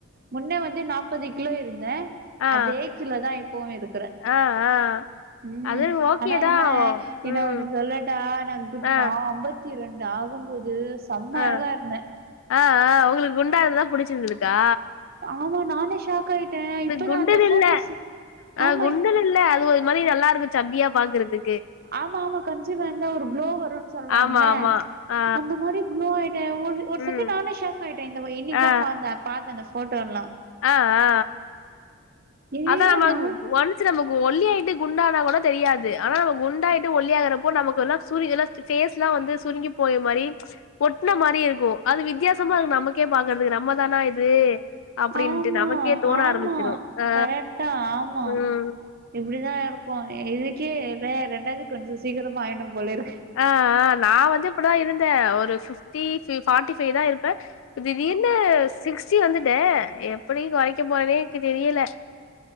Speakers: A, on the right; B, on the left.
A: முன்னே வந்து நாப்பது கிலோ இருந்தே
B: ஆ
A: அதே கிலோதா இப்பவு இருக்குறே
B: ஆ ஆ
A: ம்
B: அது ஓகேதா
A: ஆனா என்ன ஏ
B: ம்
A: நா ஒண்ணு சொல்லட்டா நா குண்
B: ஆ
A: நா அம்ப த்தி ரெண்டு ஆகும்போது செம்ம
B: ஆ
A: அழகா இருந்தே
B: ஆ ஆ உங்களுக்கு குண்டா இருந்தா புடிச்சிருந்துதுக்கா
A: ஆமா நானே ஷாக் ஆய்ட்டே இப்ப
B: குண்டுனு
A: தா அந்த ஃபோட்டோஸ்
B: இல்ல ஆ
A: ஆமா
B: குண்டுனு
A: இப்
B: இல்ல அது ஒரு மாரி நல்லாருக்கு சப்பியா பாக்கறதுக்கு
A: ஆமா ஆமா கன்சீவ்வாருந்தா ஒரு குளோ வருன் சொல்வாங்ள
B: ஆமா ஆமா ஆ
A: அந்த மாரி குளோ ஆய்ட்டே ஒரு ஒரு
B: ம்
A: செகண்ட் நானே ஷாக் ஆயிட்டே இந்த வ இன்னிக்கி
B: ஆ
A: தா ஃபாந்த பாத்தே அந்த ஃபோட்டோ எல்லா
B: ஆ ஆ
A: ஏ
B: அதா நம்மாளுக்கு
A: நா
B: ஒன் ச்சு நமக்கு ஒல்லி ஆயிட்டு குண்டானா கூட தெரியாது ஆனா நம்ம குண்டாயிட்டு ஒல்லி ஆகுறப்போ நமக்கு எல்லா சுருங்கில ஃபேஸ்லா வந்து சுருங்கி போயிற் மாரி ஒட்ன மாரி இருக்கு அது வித்யாசமா நமக்கே பாக்குறதுக்கு நம்ம தானா இது அப்டின்ட்டு
A: ஆமா
B: நமக்கே தோண
A: ஆமா
B: ஆரம்பிச்சிரு ஆ
A: கரெக்ட்டா ஆமா
B: ம்
A: இப்டி தாருக்கு இதுக்கே ல ரெண்டாது கன்சீவ் சீக்கரமா ஆயிர்ணு போலருக்கு
B: ஆ ஆ நா வந்து இப்டி தா இருந்தே ஒரு ஃபிஃப் டி ஃபி ஃபார்டி ஃபைவ் தா இருப்பே ப்ப திடீர்னு சிக்ஸ்டி வந்துட்டே எப்டி கொறைக்க போறேனே எக்கு தெரியல